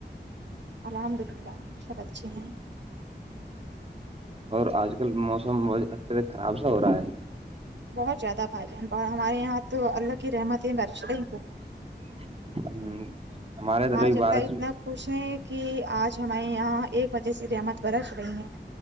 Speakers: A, on the right; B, on the right.
A: الحمد للہ سب اچھے ہیں
B: اور آج کل موسم ب اتدک خراب سا ہو رہا ہے
A: بہت زیادہ بھائی ج ہمارے یہاں تو اللہ کی رحمت ہے بارش کو
B: <inaudible> ادھر بھی
A: آج اللہ
B: بارش
A: اتنا خوش ہیں کہ آج ہمارے یہاں ایک بجے سے رحمت برس رہی ہیں